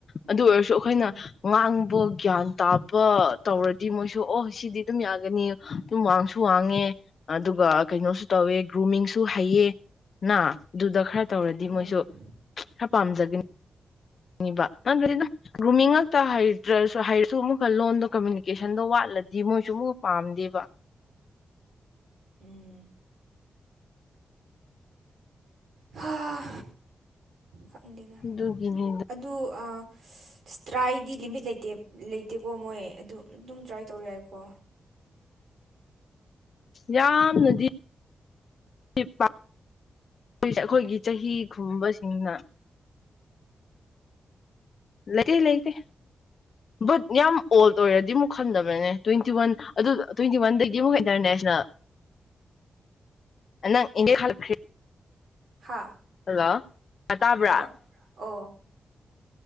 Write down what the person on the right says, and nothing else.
ꯎꯝ
ꯎꯝ
ꯎꯝ ꯍꯥꯥ ꯈꯪꯗꯦꯗ
ꯑꯗꯨ ꯑꯥ ꯇ꯭ꯔꯥꯏꯗꯤ ꯂꯤꯃꯤꯠ ꯂꯩꯇꯦ ꯂꯩꯇꯦꯀꯣ ꯃꯣꯏ ꯑꯗꯨ ꯑꯗꯨꯝ ꯇ꯭ꯔꯥꯏ ꯇꯧ ꯌꯥꯏꯀꯣ
ꯍꯥ
ꯍꯜꯂꯣ ꯑꯣ